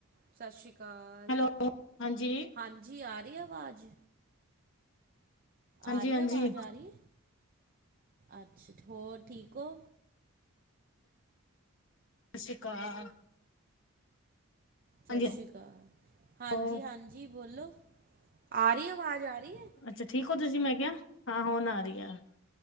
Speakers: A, on the right (about 40°); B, on the left (about 55°).
A: ਸਤਿ ਸ਼੍ਰੀ ਅਕਾਲ
B: ਹੈਲੋ, ਹਾਂਜੀ,
A: ਹਾਂਜੀ ਆ ਰਹੀ ਆਵਾਜ਼
B: ਹਾਂਜੀ-ਹਾਂਜੀ।
A: ਆ ਰਹੀ ਆਵਾਜ਼
B: ਸਤਿ
A: ਆ ਰਹੀ ਅੱਛਾ ਹੋਰ ਠੀਕ ਹੋ
B: ਸਤਿ ਸ਼੍ਰੀ ਅਕਾਲ
A: ਸਤਿ
B: ਹਾਂਜੀ,
A: ਸ਼੍ਰੀ ਅਕਾਲ ਹਾਂਜੀ
B: ਹੋਰ
A: ਹਾਂਜੀ ਬੋਲੋ ਆ ਰਹੀ ਆਵਾਜ਼ ਆ ਰਹੀ ਹੈ
B: ਅੱਛਾ ਠੀਕ ਹੋ ਤੁਸੀਂ ਮੈਂ ਕਿਹਾ ਹਾਂ ਹੁਣ ਆ ਰਹੀ ਆ